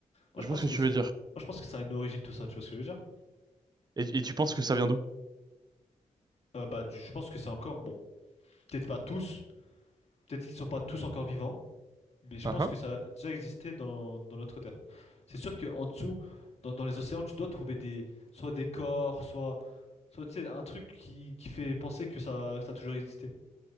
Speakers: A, on the left; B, on the right.
A: Moi,
B: Je
A: je pense
B: vois ce
A: que
B: que tu
A: ça,
B: veux dire.
A: moi, je pense que ça a une origine tout ça, tu vois ce que je veux dire?
B: Et, et tu penses que ça vient d'où?
A: Euh, bah, du- je pense que c'est encore, bon, peut-être pas tous, peut-être qu'ils sont pas tous encore vivants, mais je
B: Ah,
A: pense
B: Hein?
A: que ça a déjà existé dans, dans notre Terre. C'est sûr qu'en dessous, dans, dans les océans, tu dois trouver des, soit des corps, soit, soit tu sais, un truc qui, qui fait penser que ça, ça a toujours existé.